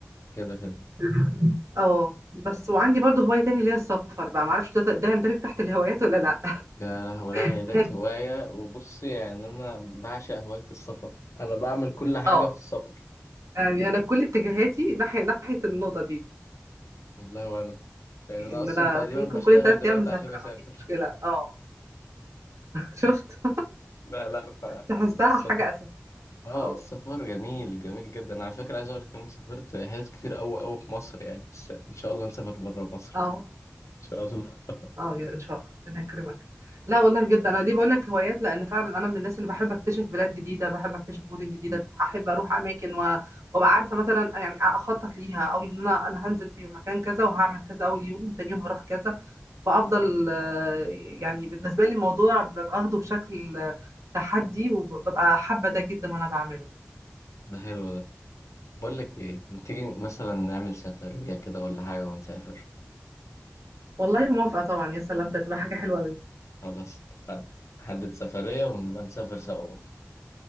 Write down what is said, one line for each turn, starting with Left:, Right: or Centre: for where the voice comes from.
Left: كده كده
Right: <laughs> اه بس وعندي برضو هواية تاني اللي هي السفر بقى معرفش ده ده يندرج تحت الهوايات ولا لأ
Left: يا ولا هي
Right: <laughs>
Left: ديت هواية وبصي يعني أنا بعشق هواية السفر أنا بعمل كل حاجة
Right: اه
Left: في السفر
Right: يعني أنا كل اتجاهاتي ناحية ناحية النقطة دي
Left: والله وانا يعني
Right: إن
Left: انا اصلا
Right: أنا
Left: تقريبا
Right: ممكن
Left: بشتغل
Right: كل تلات
Left: دلوقتي
Right: أيام مسافرة
Left: عشان اسافر
Right: ما عنديش مشكلة اه <laughs> شفت
Left: <laughs> لا لا
Right: تحسها
Left: فالسفر
Right: حاجة أساسية
Left: اه
Right: اه
Left: السفر جميل جميل جدا على فكرة عايز اقول لك كمان سافرت حتت كتير قوي قوي في مصر يعني بس ان شاء الله نسافر بره مصر
Right: اه
Left: ان شاء الله <laughs>
Right: اه يا ان شاء الله ربنا يكرمك لا والله بجد انا ليه بقول لك هوايات لان فعلا انا من الناس اللي بحب اكتشف بلاد جديده بحب اكتشف مدن جديده
Left: مم.
Right: احب اروح اماكن و... وابقى عارفه مثلا يعني اخطط ليها او ان انا انا هنزل في مكان كذا وهعمل كذا اول يوم وتاني يوم هروح كذا وافضل آه، يعني بالنسبه لي الموضوع ببقى اخده بشكل آه، تحدي وببقى حابه ده جدا وانا بعمله
Left: ده حلو ده بقول لك ايه ما تيجي مثلا نعمل سفرية كده ولا حاجة ونسافر
Right: والله موافقه طبعا يا سلام ده تبقى حاجه حلوه قوي
Left: خلاص اتفقنا نحدد سفرية ونبقى نسافر سوا برضه